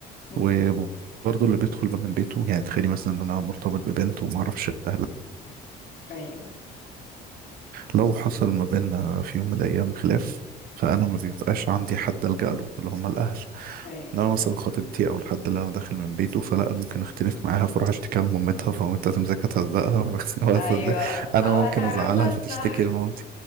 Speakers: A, on the left; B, on the right.
A: مم.
B: وبرضه اللي بيدخل بقى من بيته يعني تخيلي مثلا إن أنا مرتبط ببنت ومعرفش أهلها
A: ايوه
B: لو حصل ما بيننا في يوم من الأيام خلاف فأنا ما بيبقاش عندي حد ألجأ له اللي هم الأهل
A: ايوه
B: إن
A: صح
B: انا مثلا خطيبتي او الحد اللي انا داخل من بيته فلا ممكن اختلف معاها فاروح اشتكي لمامتها فمامتها تمسكها تهزقها <laughs> بس
A: ايوه
B: ازاي انا
A: او
B: ممكن
A: هتعرفها
B: ازعلها
A: الصح
B: فتشتكي لمامتي